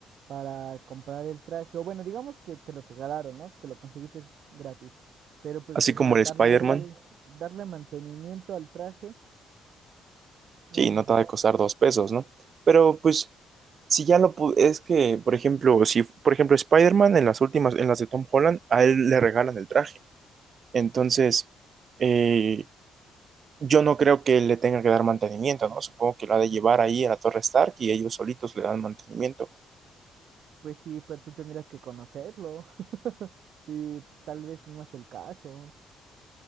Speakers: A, on the right; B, on the right.
A: para comprar el traje. O bueno, digamos que te lo regalaron, ¿no? Que lo conseguiste gratis. Pero pues
B: así como
A: ma-
B: el
A: darle,
B: Spider-Man.
A: darle mantenimiento al traje, no,
B: Sí,
A: hombre.
B: no te va a costar dos pesos, ¿no? Pero pues, si ya lo pu- es que, por ejemplo, si, por ejemplo, Spider-Man en las últimas, en las de Tom Holland, a él le regalan el traje. Entonces, eh, yo no creo que le tenga que dar mantenimiento, ¿no? Supongo que lo ha de llevar ahí a la Torre Stark y ellos solitos le dan mantenimiento.
A: Pues sí, pero tú tendrías que conocerlo. <laughs> Y pues, tal vez no es el caso.